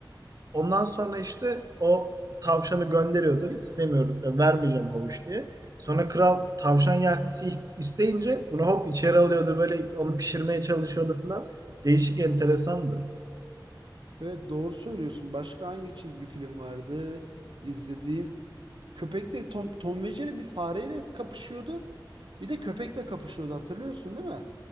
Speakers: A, on the right; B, on the right.
A: Ondan sonra işte o tavşanı gönderiyordu. İstemiyorum, e, vermeyeceğim havuç diye. Sonra kral tavşan yahnisi isteyince bunu hop içeri alıyordu. Böyle onu pişirmeye çalışıyordu falan. Değişik enteresandı.
B: Evet doğru söylüyorsun. Başka hangi çizgi film vardı izlediğim? köpekle Tom, Tom ve Jerry bir fareyle kapışıyordu. Bir de köpekle kapışıyordu hatırlıyorsun değil mi?